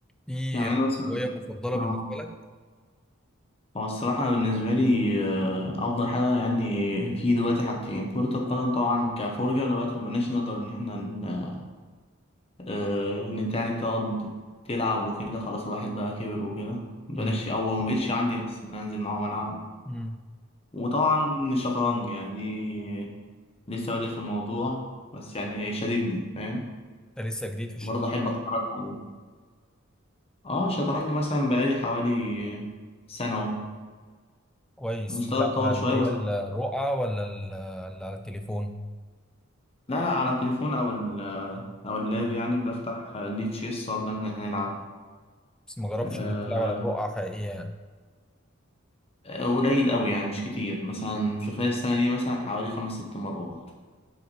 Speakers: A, in the centre; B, on the left.
A: في
B: يعني أنا مثلا
A: هواية مفضلة
B: اه
A: بالنسبة لك؟
B: هو الصراحة أنا بالنسبة لي آه، أفضل حاجة يعني في دلوقتي حاجتين كرة القدم طبعا كفرجة دلوقتي مبقناش نقدر إن إحنا ن- آه، إن أنت يعني تقعد تلعب وكده خلاص الواحد بقى كبر وكده مبقناش
A: امم
B: أو مبقتش عندي نفس إن أنا أنزل معاهم ألعب
A: امم
B: وطبعا الشطرنج يعني دي لسه بادئ في الموضوع بس يعني شددني فاهم
A: أنت لسه جديد في الشركة
B: برضه أحب أتفرج عليه اه الشطرنج مثلا بقالي حوالي سنة أهو
A: كويس
B: المستوى
A: بتلعب
B: اتطور
A: على اللي
B: شوية بس
A: هي الرقعة ولا ال- اللي على التليفون؟
B: لا لا على التليفون او ال او اللاب يعني بفتح ليه تشيس وابدا ان احنا نلعب
A: بس ما جربتش
B: آه،
A: إنك تلعب على الرقعة حقيقية يعني
B: قليل قوي يعني مش كتير مثلا في خلال السنه دي مثلا حوالي خمس ست مرات